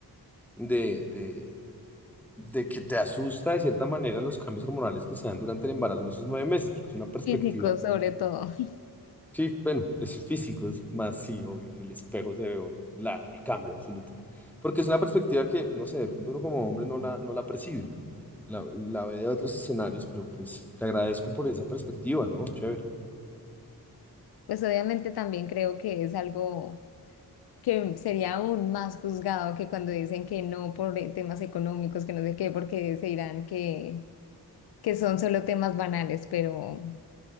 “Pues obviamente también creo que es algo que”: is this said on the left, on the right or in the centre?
Left